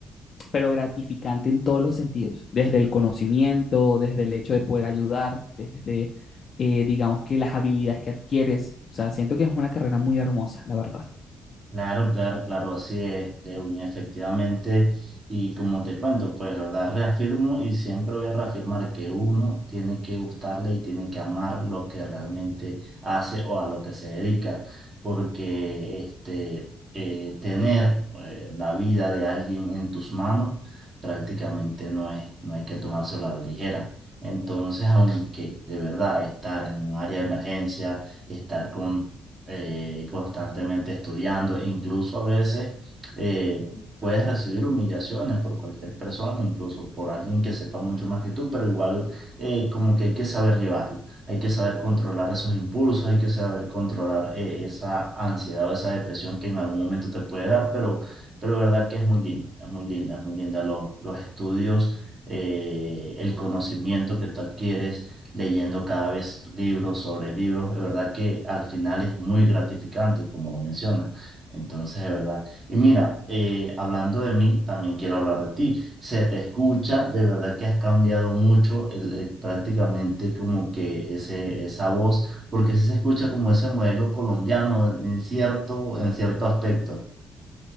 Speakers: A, on the left; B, on the right.
A: pero gratificante en todos los sentidos, desde el conocimiento, desde el hecho de poder ayudar, desde, eh, digamos que las habilidades que adquieres. O sea, siento que es una carrera muy hermosa, la verdad.
B: Claro, claro, claro, así es, Lewin, efectivamente. Y como te cuento, pues, ¿verdad? Reafirmo y siempre voy a reafirmar que uno tiene que gustarle y tiene que amar lo que realmente hace o a lo que se dedica, porque este, eh, tener eh, la vida de alguien en tus manos prácticamente no es, no hay que tomárselo a la ligera. Entonces, aunque de verdad estar en un área de emergencia, estar con eh, constantemente estudiando, incluso a veces eh, puedes recibir humillaciones por cualquier persona, incluso por alguien que sepa mucho más que tú, pero igual eh, como que hay que saber llevarlo, hay que saber controlar esos impulsos, hay que saber controlar eh, esa ansiedad o esa depresión que en algún momento te puede dar, pero, pero de verdad que es muy linda, es muy linda, es muy linda los, los estudios. eh, el conocimiento que tú adquieres, leyendo cada vez libros sobre libros. De verdad que al final es muy gratificante, como lo mencionas. Entonces, de verdad. Y mira, eh, hablando de mí, también quiero hablar de ti. Se te escucha, de verdad que has cambiado mucho el- el- prácticamente como que ese, esa voz, porque sí se escucha como ese modelo colombiano en cierto, en cierto aspecto.